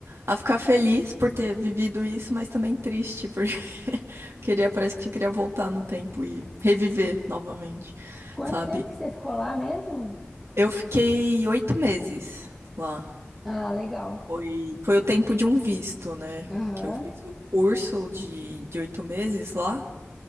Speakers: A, on the right (about 80°); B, in the centre.
A: a ficar feliz por ter vivido isso, mas também triste, porque <laughs> queria, parece que eu queria voltar no tempo e reviver novamente,
B: Quanto
A: sabe?
B: tempo que você ficou lá mesmo?
A: Eu fiquei oito meses lá.
B: Ah, legal.
A: Foi, foi o tempo de um visto, né?
B: Aham,
A: Que eu fiz o curso de, de oito meses lá.